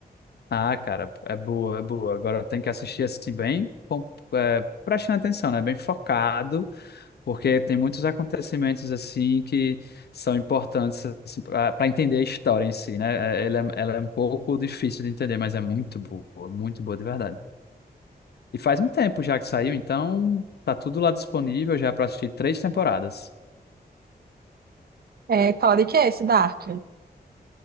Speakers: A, on the left (about 75°); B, on the right (about 70°).
A: Ah, cara, é boa, é boa. Agora tem que assistir assim bem, com- é, prestando atenção, né? Bem focado, porque tem muitos acontecimentos assim que são importantes assim, para entender a história em si, né? É, Ela é, ela é um pouco difícil de entender, mas é muito boa, muito boa de verdade. E faz um tempo já que saiu, então tá tudo lá disponível já para assistir três temporadas.
B: É, fala de que é esse Dark?